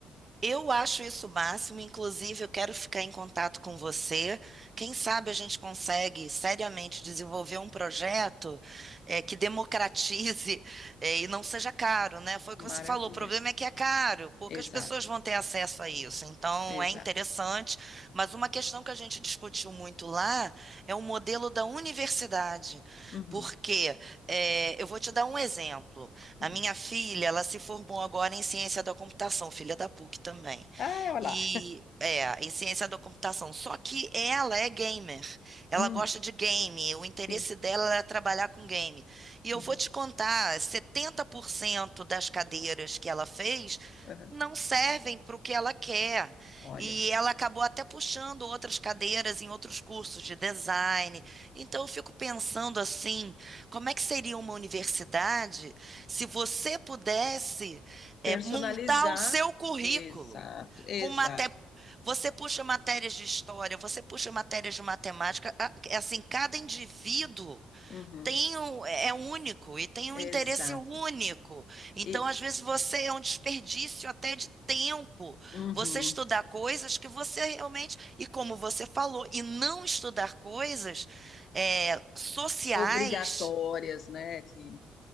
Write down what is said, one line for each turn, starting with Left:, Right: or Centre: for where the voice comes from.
Right: Eu acho isso o máximo, inclusive eu quero ficar em contato com você. Quem sabe a gente consegue seriamente desenvolver um projeto eh, que democratize <laughs> eh, e não seja caro, né? Foi o
Left: Maravilha.
Right: que você falou, o problema é que é caro, poucas
Left: Exato,
Right: pessoas vão ter acesso a isso. Então
Left: exato.
Right: é interessante, mas uma questão que a gente discutiu muito lá é o modelo da universidade,
Left: Uhum,
Right: porque eh, eu vou te dar um exemplo.
Left: uhum.
Right: A minha filha, ela se formou agora em ciência da computação, filha da PUC também.
Left: Ah, olha lá.
Right: E é, em ciência da computação. Só que ela é gamer. Ela
Left: Hum,
Right: gosta de game. O interesse
Left: sim.
Right: dela é trabalhar com game. E eu
Left: Uhum,
Right: vou te contar, 70% das cadeiras que ela fez
Left: uhum.
Right: não servem para o que ela quer.
Left: Olha
Right: E
Left: só.
Right: ela acabou até puxando outras cadeiras em outros cursos de design. Então eu fico pensando assim, como é que seria uma universidade? Se você pudesse, eh,
Left: Personalizar.
Right: montar o seu currículo
Left: Exato, exato.
Right: com maté... Você puxa matérias de história, você puxa matérias de matemática, a- é assim, cada indivíduo
Left: Uhum,
Right: tem um, é único e tem
Left: exato.
Right: um interesse único. Então,
Left: E
Right: às vezes, você é um desperdício até de tempo.
Left: uhum,
Right: Você estudar coisas que você realmente, e como você falou, e não estudar coisas eh, sociais
Left: obrigatórias, né? Que,